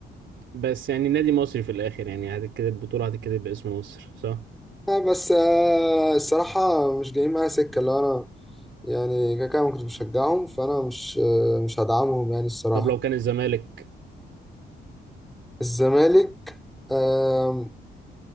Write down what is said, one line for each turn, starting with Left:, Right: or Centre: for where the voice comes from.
Right: بس يعني نادي مصري في الآخر يعني هتتكتب البطولة هتتكتب باسم مصر صح؟
Centre: آه بس آه الصراحه مش جايين معايا سكه اللي هو انا يعني كده كده ما كنتش بشجعهم فانا مش آه مش هدعمهم يعني الصراحه
Right: طب لو كان الزمالك
Centre: الزمالك آه